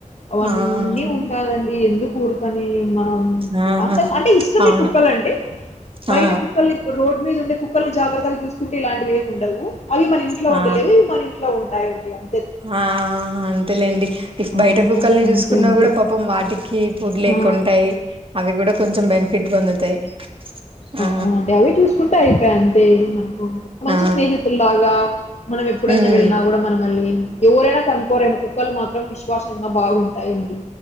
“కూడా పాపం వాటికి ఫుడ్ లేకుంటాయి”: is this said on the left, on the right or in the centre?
Right